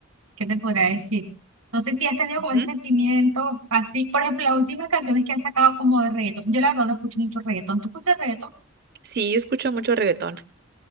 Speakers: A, on the right; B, on the right.
A: ¿qué te podría decir? No sé si has tenido
B: Ujú.
A: como ese sentimiento así. Por ejemplo, las últimas canciones que han sacado como de reggaetón. Yo la verdad no escucho mucho reggaetón. ¿Tú escuchas reggaetón?
B: Sí, yo escucho mucho reggaetón.